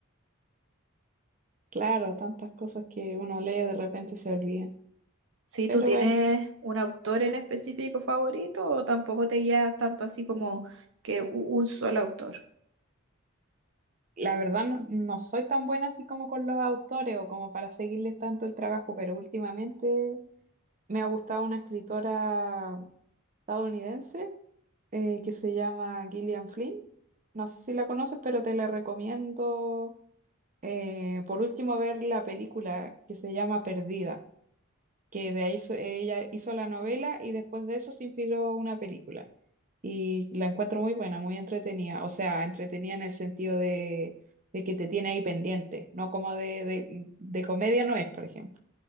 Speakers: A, on the right; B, on the right.
A: Claro, tantas cosas que uno lee de repente se olvidan.
B: Si
A: Pero
B: tú tienes
A: bueno,
B: un autor en específico favorito o tampoco te guías tanto así como que u- un solo autor.
A: la verdad no, no soy tan buena así como con los autores o como para seguirles tanto el trabajo, pero últimamente me ha gustado una escritora estadounidense eh, que se llama Gillian Flynn. No sé si la conoces, pero te la recomiendo eh, por último ver la película que se llama Perdida. que de ahí se- ella hizo la novela y después de eso se inspiró una película. Y la encuentro muy buena, muy entretenida. O sea, entretenida en el sentido de, de que te tiene ahí pendiente, no como de, de, mm, de comedia no es, por ejemplo.